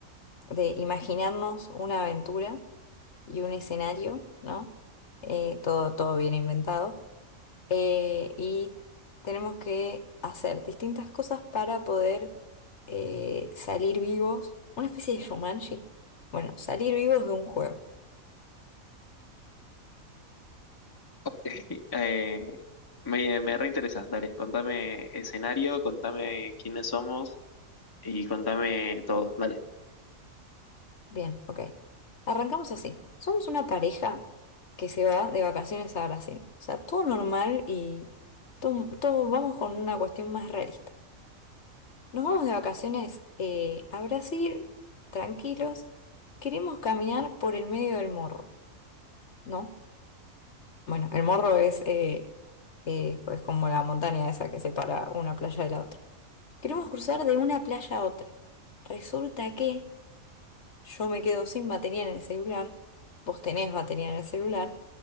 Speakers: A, on the left; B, on the left.
A: de imaginarnos una aventura y un escenario, ¿no? Eh, todo, todo bien inventado. eh, y tenemos que hacer distintas cosas para poder eh, salir vivos, una especie de Shumanji. Bueno, salir vivos de un juego.
B: <laughs> Eh, me, me reinteresa, dale, contame escenario, contame quiénes somos y contame todo, dale.
A: Bien, ok. Arrancamos así. Somos una pareja que se va de vacaciones a Brasil. O sea, todo normal y todo, todo- vamos con una cuestión más realista. Nos vamos de vacaciones eh, a Brasil, tranquilos. Queremos caminar por el medio del morro, ¿no? Bueno, el morro es, eh, eh, es como la montaña esa que separa una playa de la otra. Queremos cruzar de una playa a otra. Resulta que yo me quedo sin batería en el celular, vos tenés batería en el celular,